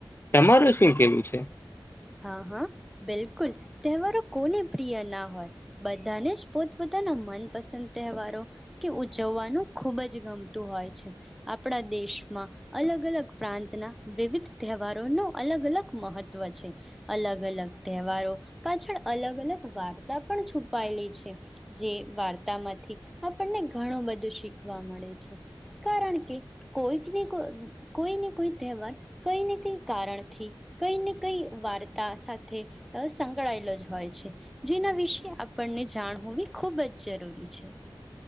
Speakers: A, on the left (about 30°); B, in the centre.
A: તમારું શું કેવું છે.
B: હા હા બિલકુલ તહેવારો કોને પ્રિય ના હોય બધાને જ પોતપોતાના મનપસંદ તહેવારો કે ઉજવવાનું ખૂબ જ ગમતું હોય છે આપણા દેશમાં અલગ અલગ પ્રાંતના વિવિધ તહેવારોનું અલગ અલગ મહત્ત્વ છે. અલગ અલગ તહેવારો પાછળ અલગ અલગ વાર્તા. <unintelligible> પણ છુપાયેલી છે. જે વાર્તામાંથી આપણને ઘણું બધું શીખ. શીખવા મળે છે. કારણ કે કોઈક ને કોઈને કોઈ તહેવાર કઈ ને કઈ કારણથી કઈ ને કઈ. વાર્તા સાથે સંકળાયેલો જ હોય છે જેના વિશે આપણને જાણ હોવી ખૂબ જ જરૂરી છે.